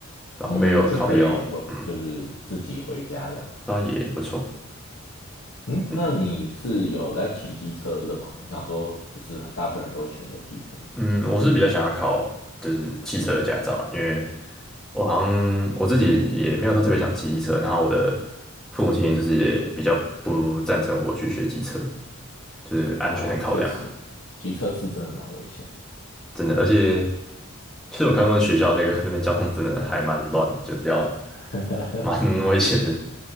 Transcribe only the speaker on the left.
嗯，
就可以回，
就是自己回家这样。
嗯，
那你是有来骑机车的吗？我想说，不是很大部分人都会选择机车。
哦，确实，机车是真的蛮危险
的。
<laughs>